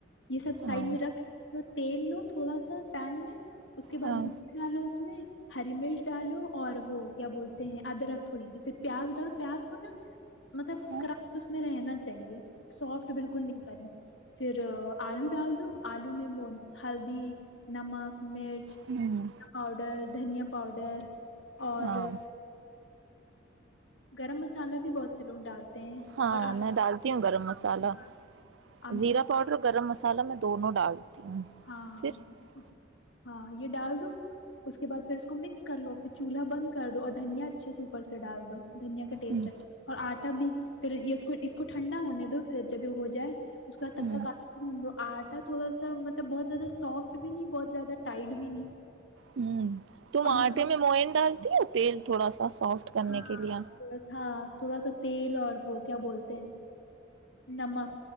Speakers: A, on the left; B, on the right.
A: یہ سب سائڈ
B: ہاں
A: میں رکھ ل تیل لو تھوڑا سا پین میں اس کے بع
B: ہاں
A: آ لو <unintelligible> ہری مرچ ڈالو اور وہ کیا بولتے ہیں ادرک تھوڑی سی پھر پیاز ڈالو پیاز کو نا مطلب
B: ہوں
A: کرچ اس میں رہنا چاہیے سافٹ بالکل نہیں کرنی پھر آلو ڈال دو آلو میں وہ ہلدی نمک مرچ
B: ہوں
A: پاؤڈر دھنیا پاؤڈر اور
B: ہاں
A: گرم مسالہ بھی بہت سے لوگ ڈالتے ہیں
B: ہاں
A: اور آم-
B: میں ڈالتی ہوں گرم مسالہ
A: ہاں، آمچور
B: زیرا پاؤڈر اور گرم مسالہ میں دونوں ڈال
A: ہاں
B: پھر <unintelligible>
A: ہاں یہ ڈال دو اس کے بعد پھر اس کو مکس کر لو پھر چولہا بند کر دو اور دھنیا اچھے سے اوپر سے ڈال دو دھنیا کا ٹیسٹ
B: ہوں
A: اچھا اور آٹا بھی پھر یہ اس کو ٹھنڈا ہونے دو پھر جب یہ ہو جائے اس کے بعد تب
B: ہوں
A: تک آٹاھون دو آٹا تھوڑا سا تو بہت زیادہ سافٹ بھی نہیں بہت زیادہ ٹائٹ بھی نہیں
B: ہوں تم
A: اور
B: آٹے
A: نمک
B: میں موئین ڈالتی ہے ہو تیل تھوڑا سا سافٹ کرنے
A: ہاں
B: کے لیے
A: تھ ہاں تھوڑا سا تیل اور وہ کیا بولتے ہیں نمک